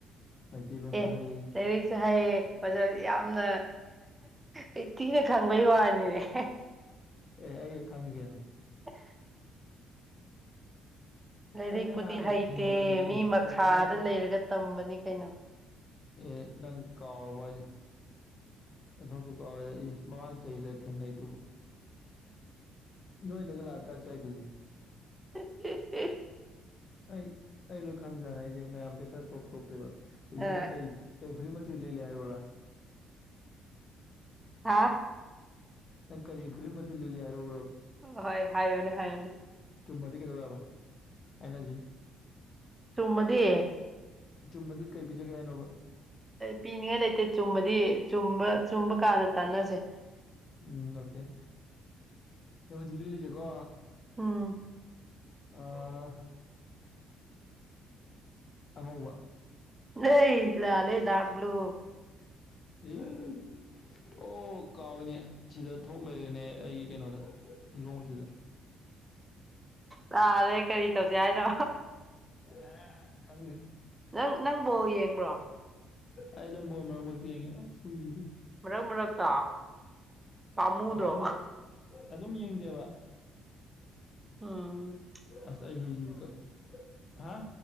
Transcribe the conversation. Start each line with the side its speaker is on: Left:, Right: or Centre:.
Left: ꯃꯩꯇꯩꯂꯣꯟꯁꯨ
Right: ꯑꯦ
Left: ꯍꯩ
Right: ꯂꯩꯔꯤꯛꯁꯨ ꯍꯥꯏꯌꯦ ꯄꯖꯔ ꯌꯥꯝꯅ ꯑꯦꯛꯇꯤꯡꯒ ꯈꯪꯕꯩ ꯋꯥꯅꯤꯅꯦ
Left: ꯑꯦ ꯑꯩ ꯈꯪꯉꯤ ꯀꯩꯅꯣ
Right: ꯑꯦ ꯂꯥꯏꯔꯤꯛꯄꯨꯗꯤ
Left: ꯑꯩ ꯅꯪ ꯍꯥꯟꯅ
Right: ꯍꯩꯇꯦ
Left: ꯊꯦꯡꯅꯒꯗꯨꯗꯤ
Right: ꯃꯤ
Left: ꯑꯦ
Right: ꯃꯈꯥꯗ
Left: ꯑꯣ ꯅꯪ
Right: ꯂꯩꯔꯒ ꯇꯝꯕꯅꯤ ꯀꯩꯅꯣ
Left: ꯑꯦ ꯅꯪ ꯀꯥꯎꯔꯕ ꯍꯥꯏꯖꯦ ꯅꯊꯧꯗꯣ ꯀꯥꯎꯔꯗꯤ ꯏ ꯃꯃꯥꯡ ꯆꯩꯗ ꯊꯦꯡꯅꯩꯗꯨꯕꯨ ꯅꯣꯏꯗꯒ ꯂꯥꯛꯑ ꯆꯥꯛ ꯆꯥꯏꯗꯨꯗꯤ
Right: ꯑꯦ ꯑꯦ
Left: ꯑꯩ ꯑꯩ ꯂꯣꯏ ꯈꯪꯖꯥꯅꯦ ꯑꯩꯖꯦ ꯃꯌꯥꯝꯖꯦ ꯈꯔ ꯇꯣꯞ ꯇꯣꯞꯇꯦꯕ ꯍꯧꯖꯤꯛ
Right: ꯑ
Left: ꯅꯪ ꯀꯔꯤ ꯀꯩ ꯐꯨꯔꯤꯠ ꯃꯆꯨ ꯂꯤꯠꯂꯤ ꯍꯥꯏꯔꯣꯔꯥ
Right: ꯍꯥꯥ
Left: ꯅꯪ ꯀꯔꯤ ꯐꯨꯔꯤꯠ ꯃꯆꯨ ꯂꯤꯜꯂꯤ ꯍꯥꯏꯔꯧꯔ
Right: ꯑꯣ ꯍꯣꯏ ꯍꯥꯏꯌꯣꯅꯦ ꯍꯥꯏꯌꯣꯅꯦ
Left: ꯆꯨꯝꯃꯗꯤ ꯀꯩꯗꯧ ꯌꯥꯕꯥ ꯑꯩꯅꯖꯤꯟ
Right: ꯆꯨꯝꯃꯗꯤ
Left: ꯆꯨꯝꯃꯗꯤ ꯀꯩ ꯄꯤꯖꯒꯦ ꯍꯥꯏꯅꯣꯕ
Right: ꯄꯤꯅꯤꯡꯉꯥꯏ ꯂꯩꯇꯦ ꯆꯨꯝꯃꯗꯤ ꯆꯨꯝꯕ ꯀꯥꯟꯗ ꯇꯥꯟꯅꯁꯦ
Left: ꯎꯝ ꯑꯣꯀꯦ ꯅꯪ ꯍꯧꯖꯤꯛ ꯂꯤꯠꯂꯤꯖꯦꯀꯣ
Right: ꯎꯝ
Left: ꯑ ꯑꯉꯧꯕ
Right: ꯂꯩ ꯂꯥꯜꯂꯦ ꯗꯥꯛ ꯕ꯭ꯂꯨ
Left: ꯑꯦ ꯑꯣ ꯀꯥꯎꯏꯅꯦ ꯁꯤꯗ ꯊꯣꯛ ꯂꯩꯔꯦꯅꯦ ꯑꯩꯒꯤ ꯀꯩꯅꯣꯗ ꯍꯤꯒꯣꯛ ꯃꯆꯨꯗ
Right: ꯂꯥꯜꯂꯦ ꯀꯔꯤ ꯇꯧꯖꯦ ꯍꯥꯏꯅꯣ
Left: ꯑ ꯈꯪꯗꯦ
Right: ꯅꯪ ꯅꯪ ꯕꯣꯜ ꯌꯦꯡꯕ꯭ꯔꯣ
Left: ꯑꯩ ꯑꯗꯨꯨꯝ ꯕꯣꯜ ꯃꯔꯛ ꯃꯔꯛꯇ ꯌꯦꯡꯉꯦ ꯑꯁ ꯍꯨꯏꯖꯤꯗꯤ
Right: ꯃꯔꯛ ꯃꯔꯛꯇ ꯄꯥꯝꯃꯨꯗ꯭ꯔꯣ
Left: ꯑꯣ ꯍꯥꯏꯗꯤ ꯑꯗꯨꯝ ꯌꯦꯡꯗꯦꯕ
Right: ꯑ
Left: ꯑꯁ ꯑꯩ ꯍꯨꯏꯁꯤꯗꯤ ꯀꯥ ꯍꯥꯥ